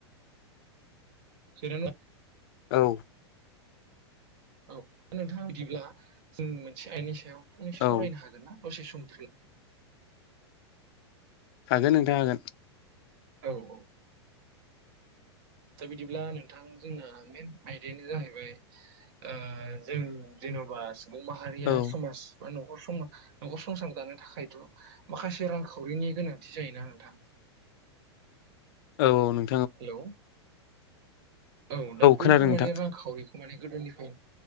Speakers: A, on the right (about 55°); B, on the left (about 55°).
A: <unintelligible>
B: औ
A: औ नोंथां बिदिब्ला जों मोनसे आयदानि सायाव सावरायनो
B: औ
A: हागोन ना? दसे सम
B: हागोन नोंथां हागोन
A: औ औ दा बिदिब्ला नोंथां जोंना मेन आयदायानो जाहैबाय ओ जों जेन'बा सुबुं माहारिया
B: औ
A: समाज बा न' खर नखर संसार जानो थाखायथ' माखासे रांखावरिनि गोनांथि जायोना नोंथां
B: औ नों
A: हेल' औ दा बैफोर
B: खोनादों नोंथां
A: माने रां खावरि माने गोदोनिफ्राय